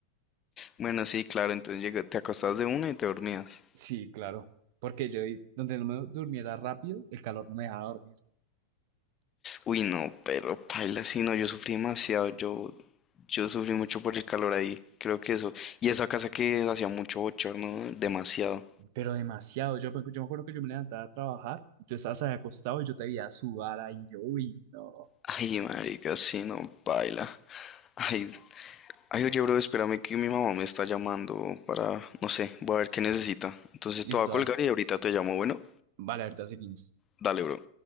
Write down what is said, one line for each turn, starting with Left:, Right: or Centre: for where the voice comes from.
Left: Bueno, sí, claro, entonces llega- te acostabas de una y te dormías.
Right: Sí, claro. Porque yo, ahí, donde no me durmiera rápido, el calor no me dejaba dormir.
Left: Uy, no, pero paila, sí, no, yo sufrí demasiado, yo, yo sufrí mucho por el calor ahí, creo que eso. Y esa casa que hacía mucho bochorno, demasiado.
Right: Pero demasiado. Yo, me- yo me acuerdo que yo me levantaba a trabajar, y tú estabas ahí acostado y yo te veía sudar ahí. Yo, uy, no.
Left: Ay, marica, sí, no, paila. Ay, ay, oye, bro, espérame que mi mamá me está llamando para, no sé, voy a ver qué necesita. Entonces
Right: Listo,
Left: te voy a colgar
Right: dale.
Left: y ahorita te llamo, bueno,
Right: Vale, ahorita seguimos.
Left: dale, bro.